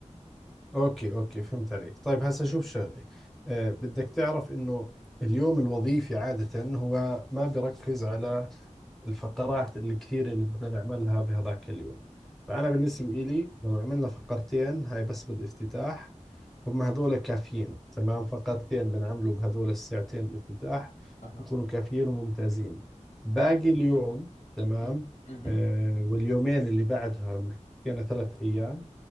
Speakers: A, in the centre; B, on the left (about 80°).
A: اوكي اوكي فهمت عليك طيب هسه شوف شغله أه بدك تعرف انه اليوم الوظيفي عادة هو ما بركز على الفقرات اللي كثيرة اللي بدنا نعملها بهذاك اليوم فأنا بالنسبة إلي لو عملنا فقرتين هاي بس بالافتتاح هم هذول كافيين تمام فقرتين بنعمله بهذول الساعتين الافتتاح
B: اها
A: بكونوا كافيين وممتازين باقي اليوم تمام
B: مم. مهم.
A: أه واليومين اللي بعدها يعني ثلاث أيام